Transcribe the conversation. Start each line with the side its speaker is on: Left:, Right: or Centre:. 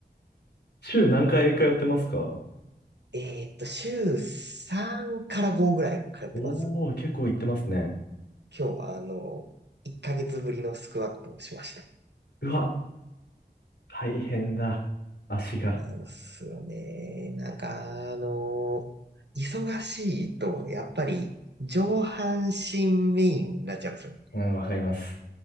Left: 週何回通ってますか
Right: えーっと、週3から5ぐらい通ってます。
Left: おー、結構行ってますね。
Right: 今日は、あの、1ヶ月ぶりのスクワットをしました。
Left: うわ、大変だ。足が。
Right: そうなんすよね。なんか、あの、忙しいと、やっぱり、上半身メインになっちゃうんですよ。
Left: うん、わかります。